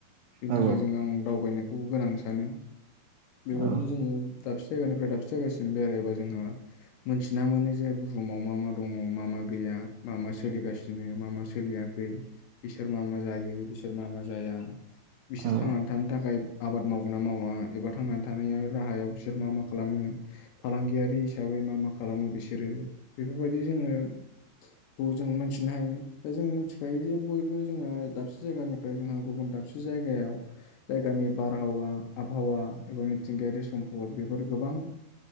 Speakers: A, on the left; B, on the right.
A: बेनि
B: औ
A: थाखाय जों आं दावबायनाय खौ गोनां सानो। बेबायदिनो
B: औ
A: जोङो दाबसे जायगानिफ्राय दाबसे जायगासिम बेरायबा जोंहा मोनथिना मोनो जे बु हुमाव मा मा दङ' मा मा गैया मा मा सोलिगासिनो मा मा सोलियाखै बिसोर मा मा जायो बिसोर मा मा जाया बिसोर
B: औ
A: थांनानै थानो थाखाय आबाद मावगोन ना मावा एबा थांनानै थानायनि राहायाव बिसोर मा मा खालामो फालांगियारि हिसाबै मा मा खालामो बिसोरो बेफोरबायदि जोङो खौ जों मोनथिनो हायो दा जों मिथिखायो जे बयबो जोंहा दाबसे जायगानिफ्राय जोंहा गुबुन दाबसे जायगायाव जायगानि बारहावा आबहावा एबा मिथिंगायारि सम्फद बेफोर गोबां